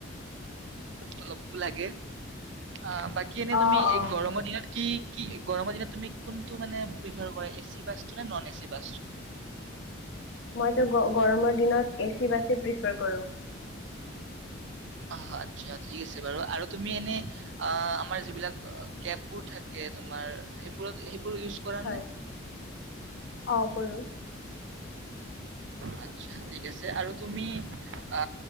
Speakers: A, on the right; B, on the left.
A: অলপো লাগে। অ', বাকী এনে
B: অ
A: তুমি
B: অ
A: এই গৰমৰ
B: হয়
A: দিনত কি কি গৰমৰ দিনত তুমি কোনটো মানে প্ৰিফাৰ এচি বাছটো নে নন এচি বাছটো?
B: মইতো গৰমৰ দিনত এচি বাছে প্ৰিফাৰ কৰোঁ।
A: অ', আতচা ঠিক আছে বাৰু আৰু তুমি এনে আ আমাৰ যিবিলাক কেববোৰ থাকে তোমাৰ সেইবোৰত সেইবোৰ বোৰ ইউজ কৰা
B: হয়
A: নে?
B: অ', কৰো।
A: আতচা, ঠিক আছ, আৰু তুমি আ